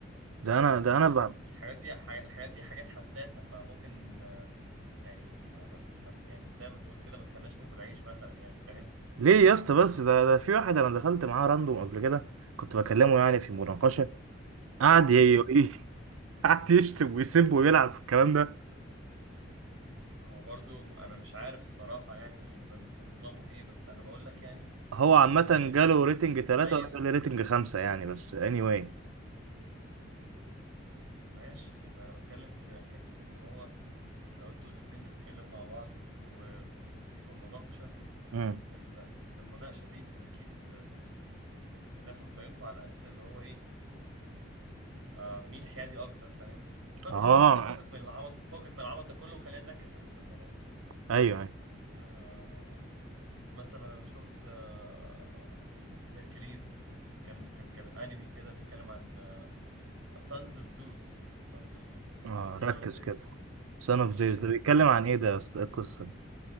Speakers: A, on the right; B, on the right.
A: ده انا ده انا
B: عشان
A: ب...
B: الحاجات دي ح- الحاجات دي حاجات حساسة فممكن آه، يعني ما ما- ما- يعني زي ما تقول كده ما تخليناش ناكل عيش مثلا يعني فاهم
A: ليه يا اسطى بس ده ده في واحد انا دخلت معاه راندوم قبل كده كنت بكلمه يعني في مناقشه قعد ي...
B: مم.
A: ي- <laughs> قعد يشتم ويسب ويلعب في الكلام ده
B: ما هو برضو انا مش عارف الصراحة يعني ده ده نظامه ايه بس انا بقول لك يعني
A: هو عامه
B: ان
A: جاله ريتنج ثلاثة
B: اي
A: وانا جالي ريتنج خمسة يعني بس anyway
B: ماشي ما انا بتكلم في حتة ان هو لو انتوا الاتنين بتتكلموا مع بعض و- وفي في مناقشة
A: امم
B: ال- في في المناقشة دي اكيد الناس هتقيمكم على اساس اللي هو ايه آه مين حيادي اكتر فاهم بس
A: اه
B: المهم سيبك فوقك من العبط فوقك من العبط ده كله وخلينا نركز في المسلسلات
A: ايوه ايوه
B: آه مثلا انا شفت آه هيركليز كان كان كان انمي كده بيتكلم عن سانز اوف زوس سانز اوف زوس
A: اه
B: او سان
A: ركز
B: اوف زيوس
A: كده سان اوف زيوس
B: امم
A: ده بيتكلم عن ايه ده يا اسطى إيه القصه دي؟